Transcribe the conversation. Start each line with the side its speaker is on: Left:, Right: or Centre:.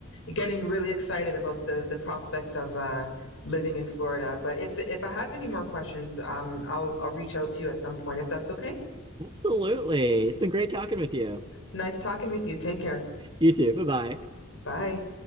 Left: getting really excited about the the prospect of uh living in Florida. But if if I have any more questions, um, I'll I'll reach out to you at some point if that's okay.
Right: Absolutely. It's been great talking with you.
Left: Nice talking with you. Take care.
Right: You too. Bye bye.
Left: Bye.